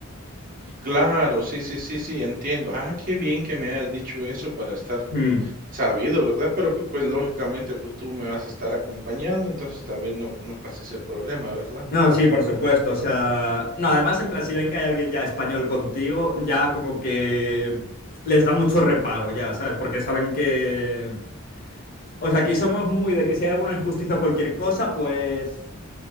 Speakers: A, on the right (about 40°); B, on the left (about 40°).
A: Claro, sí, sí, sí, sí, entiendo. Ah, qué bien que me hayas dicho eso para estar con
B: Mm.
A: sabido, ¿verdad? Pero pu- pues lógicamente pues, tú me vas a estar acompañando, entonces tal vez no, no pase ese problema, ¿verdad?
B: No, sí, por supuesto. O sea. No, además, en plan, si ven que hay alguien ya español contigo, ya como que les da mucho reparo, ya, ¿sabes? Porque saben que. O sea, aquí somos muy de que si hay alguna injusticia o cualquier cosa, pues